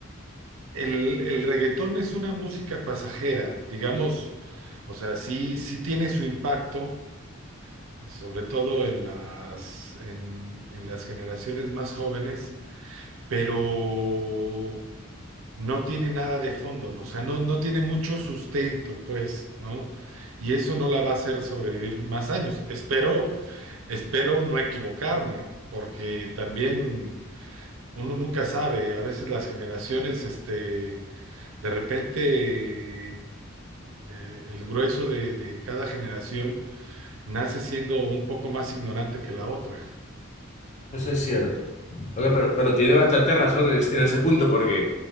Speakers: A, on the right; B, on the left.
A: El, el reggaetón es una música pasajera, digamos, o sea, sí, sí tiene su impacto, sobre todo en las, en, en las generaciones más jóvenes, pero no tiene nada de fondo, ¿no? O sea, no, no tiene mucho sustento, pues, ¿no? Y eso no la va a hacer sobrevivir más años. Espero, espero no equivocarme, porque también uno nunca sabe, a veces las generaciones, este de repente, eh, el grueso de, de cada generación nace siendo un poco más ignorante que la otra.
B: Eso es cierto. Oiga, pero, pero tiene bastante razón en ese, en ese punto, porque,